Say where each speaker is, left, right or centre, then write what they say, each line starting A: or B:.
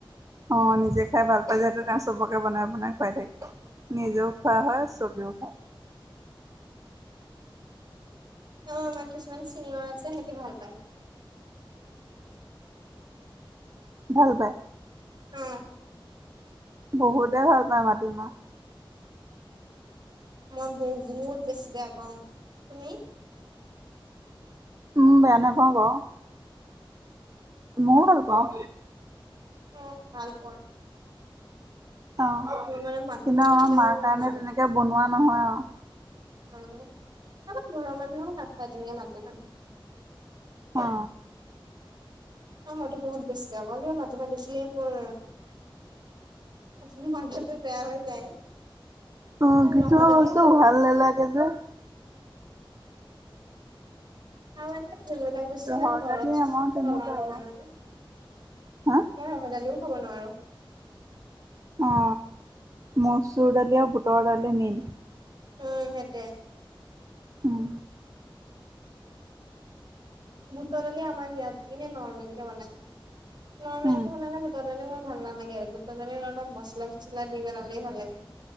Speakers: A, on the right; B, on the right.
A: অ নিজে খাই ভাল পাই যে সেইটো কাৰণ চবকে বনাই বনাই খুৱাই থাকে নিজেও খোৱা হয় চবেও খায়
B: অ আমাৰ কিছুমান চিনিয়ৰ আছে সেটি ভাল পায়
A: ভাল পায়
B: অ
A: বহুতেই ভাল পায় মাটিমাহ
B: মই বহুত বেছি বেয়া পাওঁ, তুমি?
A: উম বেয়া নাপাওঁ বাঅ ময়ো ভাল পাওঁ
B: অ ভাল পোৱা
A: অ কিন্তু
B: মই মানে মাটিমাহ দেখিলে
A: আমাৰ মা
B: মোৰ
A: কাৰণে
B: মাত
A: তেনেকে বনোৱা নহয় আৱ
B: অ আমাৰ ঘৰৰ মানুহো নাখায় তেনেকে মাটিমাহ
A: অ
B: অ মইতো বহুত বেছি বেয়া পাওঁ কিন্তু মাটিমাহ দেখিলেই মোৰ মো মাঠাতো বেয়া হৈ যায়
A: অ কিছুমান
B: ৰহৰ দালিও
A: বস্তু
B: মোৰ
A: ভাল নালাগে যে
B: তাৰ মানে যোনবিলাক বেছি
A: ৰহৰ
B: মান ঘৰত
A: দালি আমাৰ তেনেকুৱা
B: চলা হয়
A: আৰু
B: মানে
A: হা
B: মই ৰশদাইলো খাব নোৱাৰো
A: অ মচুৰ দালি আৰু বুটৰ দালি মেইন
B: উম সেইটোৱে
A: উম
B: বুটৰ দালি আমাৰ ইয়াত এনে নৰ্মেল কে বনাই নৰ্মেল
A: উম
B: কে বনালে বুট ৰ দালি মোৰ ভাল নালাগে বুটৰ দালিত অলপ মছলা- চছলা দি বনালেই ভাল লাগে